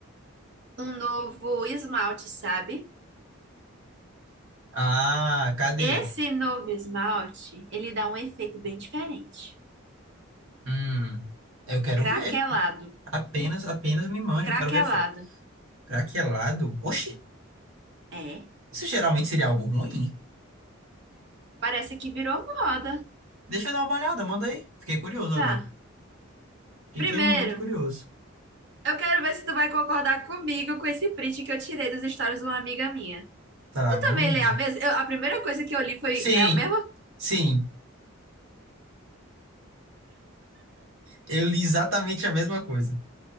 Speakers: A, on the right; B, on the right.
A: um novo esmalte, sabe?
B: Ah, cadê?
A: Esse novo esmalte, ele dá um efeito bem diferente.
B: Hum, eu quero
A: Craquelado.
B: ver. Apenas, apenas me manjo.
A: Craquelado.
B: Quero ver foto. Craquelado? Oxi,
A: É.
B: isso geralmente seria algo ruim?
A: Parece que virou moda.
B: Deixa eu dar uma olhada, manda aí. Fiquei curioso
A: Tá.
B: agora. Fiquei
A: Primeiro,
B: muito curioso.
A: eu quero ver se tu vai concordar comigo com esse print que eu tirei dos stories de uma amiga minha.
B: Tá,
A: Tu também
B: vamos
A: lê
B: ver.
A: a mesma? Eu- a primeira coisa que eu li foi
B: Sim,
A: é a mesma.
B: sim. Eu li exatamente a mesma coisa.